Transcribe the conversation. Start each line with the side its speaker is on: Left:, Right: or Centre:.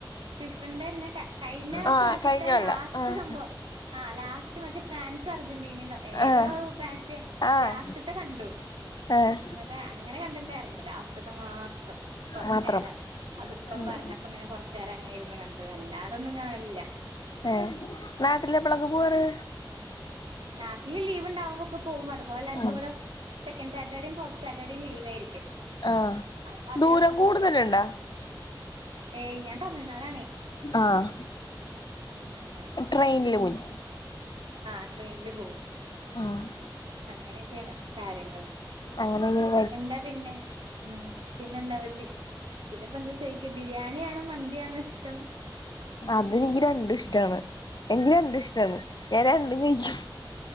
Right: ഫിഫന്റെ തന്നെ കഴിഞ്ഞ
Left: ആഹ്
Right: പ്രാവശ്യത്തെ
Left: കഴിഞ്ഞ കൊല്ല
Right: ലാസ്റ്റ്
Left: ആഹ്
Right: സംഭവം ആഹ് ലാസ്റ്റ് മറ്റേ ഫ് ഫ്രാൻസ് അർജന്റിനെ തം ഏതോ
Left: ആഹ്
Right: മാച്ച്
Left: ആഹ്
Right: ലാസ്റ്റത്തെ കണ്ടു
Left: ആഹ്
Right: അന്നട്ടാ അങ്ങനെ കണ്ടിണ്ടായിരുന്ന് ലാസ്‌റ്റത്ത മാത്രം കൊറചേരം
Left: മാത്രം
Right: അതിപ്പ
Left: ഉം
Right: പറഞ്ഞ അപ്പ ഇങ്ങനെ കൊറചേരം അങ്ങനെ ഇരുന്ന് കണ്ട് അല്ലാതൊന്നും കാണാലില്ല.
Left: ഏഹ് നാട്ടില് എപ്പളക്ക പോവാറ്?
Right: നാട്ടില് ലീവ്ണ്ടാവുമ്പോക്കെ പോവും. അതുപോലെ എനക്ക്
Left: ഉം
Right: ഇവടെ, സെക്കഡ് സറ്റഡേയും ഫോർത്ത്സാറ്റർഡേയും ലീവായിരിക്കും.
Left: ആഹ്
Right: അപ്പൊ അതിനൊക്കെ
Left: ദൂരം കൂടുതലുണ്ടാ?
Right: പോവും. ഏയ് ഞാൻ തമിഴ്നാടാണേ.
Left: ആഹ്
Right: ഉമ് അങ്ങനെ.
Left: ട്രെയിനില് പോയി
Right: ആഹ് ട്രെയിനില് പോകും
Left: ആഹ്
Right: അങ്ങനെക്കെയാണ് കാര്യങ്ങള്
Left: അങ്ങന ഇങ്ങനെ
Right: എന്താ പിന്നെ? ഉം പിന്നെ എന്താ പിന്നെപ്പ എന്താ ചോയ്ക്ക? ബിരിയാണിയാണോ മന്തിയാണോ ഇഷ്ടം?
Left: അതെനിക്ക് രണ്ടും ഇഷ്ടാണ് എനിക്ക് രണ്ടും ഇഷ്ട്ടാണ്. ഞാൻ രണ്ടും കഴിക്കും.